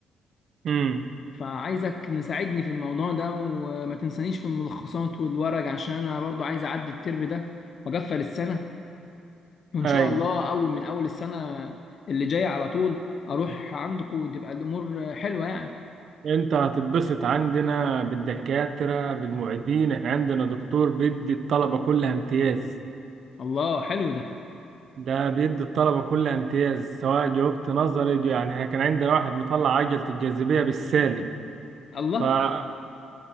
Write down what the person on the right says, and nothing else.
امم
أي
انت هتتبسط عندنا بالدكاترة بالمعيدين احنا عندنا دكتور بيدي الطلبة كلها امتياز
ده بيدي الطلبة كلها امتياز سواء جاوبت نظري جو- يعني احنا كان عندنا واحد مطلع عجلة الجاذبية بالسالب
فقد